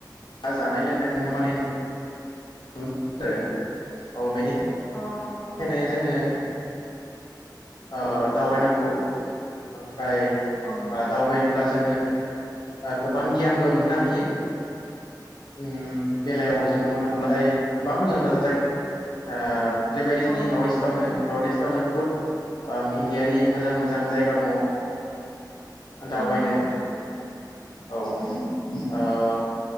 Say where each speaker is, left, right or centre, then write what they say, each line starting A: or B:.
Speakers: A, on the left (about 80°); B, on the left (about 30°).
A: बा जानाय लोंनाय दोङो माने <unintelligible> औ बेनिखायनो
B: औ नंगौ
A: खायनो जोङो ओ दावबायनांगौ। ओमफ्राय
B: औ नंगौ
A: ओ दावबायोब्ला जोङो गोबां गियानबो मोननो हायो। उम। बेलायाव जों बुंनो थाङोब्ला गोबां लांदा जाय ओ
B: औ नंगौ
A: बेबायदि
B: औ
A: नि
B: नंगौ
A: नर्थ-इस्टआवनो नर्थ-इस्ट आवनो बुहुत मिथिंगायारि मोजां मोजां जायगा दङ। दावबायनो
B: औ नंगौ नोंथां
A: औ। ओ